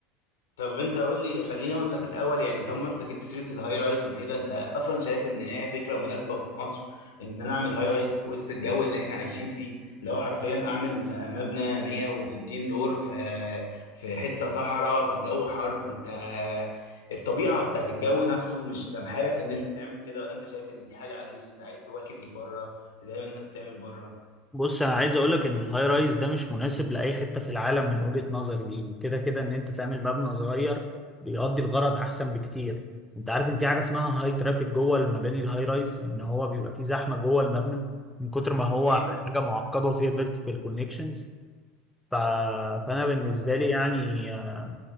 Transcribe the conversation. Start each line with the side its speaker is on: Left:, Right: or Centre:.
Left: طب انت قول لي خليني اقول لك الاول يعني طب ما انت جبت سيره الهاي رايز وكده انت اصلا شايف ان هي فكره مناسبه في مصر ان انا اعمل هاي رايز في وسط الجو اللي احنا عايشين فيه اللي هو حرفيا اعمل مبنى 160 دور في في حته صحراء فالجو حر فانت الطبيعه بتاعت الجو نفسه مش سامحه لك ان انت تعمل كده ولا انت شايف ان دي حاجه عاديه انت عايز تواكب البره زي ما الناس بتعمل بره
Centre: بص انا عايز اقول لك ان الهاي رايز ده مش مناسب لاي حته في العالم من وجهه نظري يعني كده كده ان انت تعمل مبنى صغير بيقضي الغرض احسن بكتير انت عارف ان في حاجه اسمها هاي ترافيك جوه المباني الهاي رايز ان هو بيبقى فيه زحمه جوه المبنى من كتر ما هو
Left: ايوه بس-
Centre: حاجه معقده وفيها فيرتيكال كونكشنز ف...
Left: بس-
Centre: فانا بالنسبه
Left: اه
Centre: لي يعني آه،